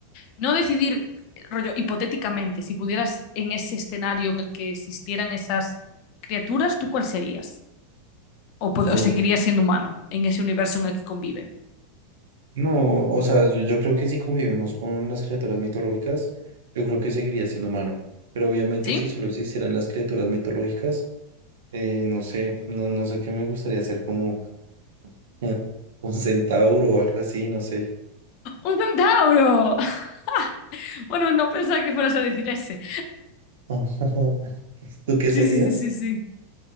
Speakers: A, on the left; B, on the right.
A: No decidir, rollo, hipotéticamente, si pudieras en ese escenario en el que existieran esas criaturas, ¿tú cuál serías? ¿O, pod-
B: Uf.
A: o seguirías siendo humano en ese universo en el que conviven?
B: No, o sea, yo, yo creo que si convivimos con las criaturas mitológicas, yo creo que seguiría siendo humano. Pero obviamente
A: ¿Sí?
B: si solo existieran las criaturas mitológicas, eh, no sé, no, no sé qué me gustaría ser como <laughs> eh, un centauro o algo así, no sé.
A: ¡Un centauro! <laughs> Bueno, no pensaba que fueras a decir ese.
B: <laughs> ¿Tú qué serías?
A: Sí, sí, sí, sí, sí.